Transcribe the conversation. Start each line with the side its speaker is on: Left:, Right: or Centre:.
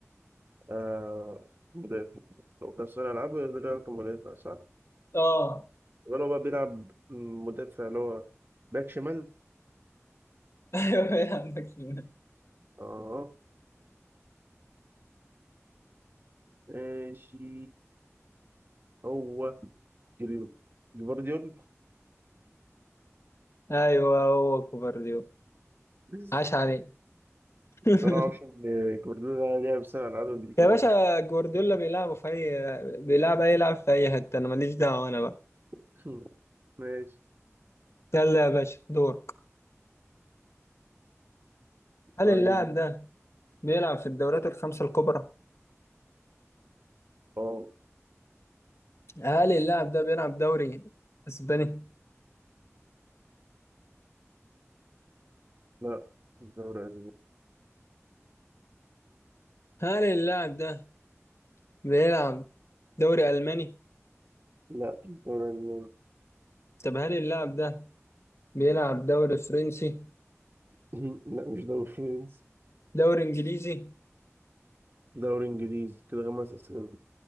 Right: آه مدافع لو كان صانع ألعاب يقدر يلعب كمدافع صح؟
Left: اه
Right: ولو بقى بيلعب مدافع اللي هو باك شمال
Left: <laughs> ايوه إيه يا عندك سؤال.
Right: اه ماشي هو جري- جفارديول
Left: ايوه هو كوفارديولا
Right: بس
Left: عاش عليه <laughs>
Right: أنا ما أعرفش إن جفارديول ده لعب صانع ألعاب قبل كده
Left: يا باشا جوارديولا بيلعبوا في اي بيلعب اي لاعب في اي حته انا ماليش دعوه انا بقى
Right: <laughs> ماشي
Left: يلا يا باشا دورك هل
Right: طيب
Left: اللاعب ده بيلعب في الدوريات الخمسه الكبرى
Right: اه
Left: هل اللاعب ده بيلعب دوري اسباني
Right: لا دوري أسباني
Left: هل اللاعب ده بيلعب دوري الماني
Right: لا دوري ألماني
Left: طب هل اللاعب ده بيلعب دوري فرنسي
Right: <laughs> لا مش دوري فرنسي
Left: دوري انجليزي
Right: دوري إنجليزي كده خمس أسئلة